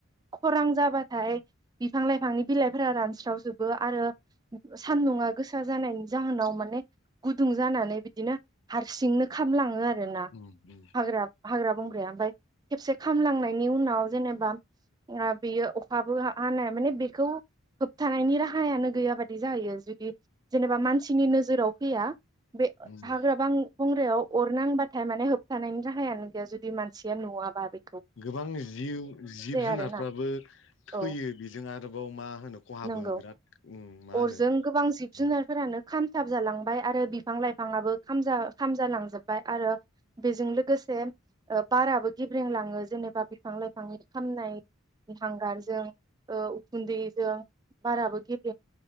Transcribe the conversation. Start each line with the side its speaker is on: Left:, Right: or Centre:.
Right: खरां जाबाथाय बिफां लाइफांनि बिलाइफोरा रानस्रावजोबो आरो सानदुंङा गोसा जानायनि जाहोनाव माने गुदुं जानानै बिदिनो हारसिंनो खामलाङो आ रोना
Left: उम उम
Right: हांग्रा-हांग्रा-बंग्रा ओमफ्राय खेबसे खालामलांनायनि उनाव जेनेबा आ बेयो अखाबो हा हानाया माने बेखौ होबथानायनि राहायानो गैया बादि जाहैयो जुदि जेनेबा मानसिनि नोजोराव फैया बे
Left: उम
Right: हाग्राबां बंग्रायाव अरनांबाथाय माने होबथानायनि राहायानो गैया जुदि मानसिया नुवाबा बि
Left: गोबां जिउ जिब जुनारफ्राबो
Right: आरोना
Left: थैयो
Right: औ
Left: बेजों आरोबाव मा होनो खहाबो
Right: नंगौ
Left: बिराद उम मा
Right: अरजों
Left: होनो
Right: गोबां जिब जुनारफोरानो
Left: उउ
Right: खामथाब जालांबाय आरो बिफां लाइफाङाबो खामजा खामजालांजोब्बाय आरो बेजों लोगोसे ओ बाराबो गेब्रेंलाङो जेनेबा बिफां लाइफांनि खामनायनि हांगारजों । ओ उखुन्दैजों बाराबो गेब